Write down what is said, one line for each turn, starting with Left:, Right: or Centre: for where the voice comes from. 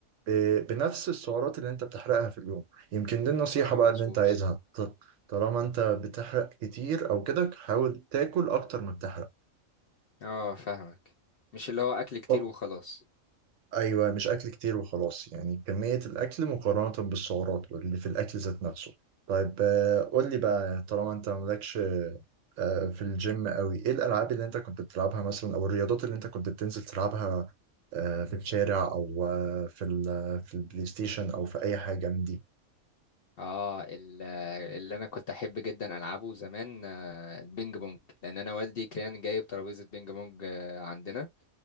Right: ب- بنفس السعرات اللي انت بتحرقها في اليوم يمكن دي النصيحة
Left: آه
Right: بقى
Left: مظبوط
Right: اللي انت عايزها ط- طالما انت بتحرق كتير او كده حاول تاكل اكتر ما بتحرق
Left: اه فاهمك مش اللي هو اكل كتير
Right: أو-
Left: وخلاص
Right: ايوه مش اكل كتير وخلاص يعني كمية الاكل مقارنة بالسعرات اللي في الاكل ذات نفسه طيب آه، قول لي بقى طالما انت مالكش آه، في الجيم قوي ايه الالعاب اللي انت كنت بتلعبها مثلا او الرياضات اللي انت كنت بتنزل تلعبها آه، في الشارع او آه، في ال- في البلاي ستيشن او في اي حاجه من دي
Left: اه ال- اللي انا كنت احب جدا العبه زمان آه، البينج بونج لان انا والدي كان جايب ترابيزه بينج بونج آه، عندنا